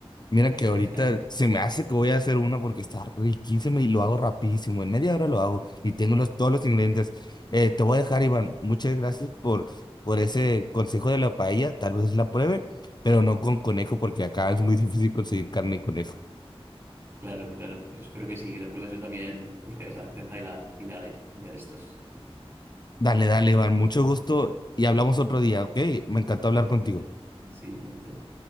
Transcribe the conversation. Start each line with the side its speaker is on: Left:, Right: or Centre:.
Left: Mira
Right: <laughs>
Left: que ahorita se me hace que voy a hacer una porque está riquísima y lo hago rapidísimo. En media hora lo hago y tengo los, todos los ingredientes. Eh, te voy a dejar, Iván. Muchas gracias por, por ese consejo de la paella. Tal vez la pruebe, pero no con conejo porque acá es muy difícil conseguir carne y conejo.
Right: Claro, claro. Pues espero que sí, que lo pruebes. Yo también buscaré esa receta y la, y la haré un día de estos.
Left: Dale, dale, Iván, mucho gusto y hablamos otro día, ¿ok? Me encantó hablar
Right: Igualmente.
Left: contigo.
Right: Sí, igualmente.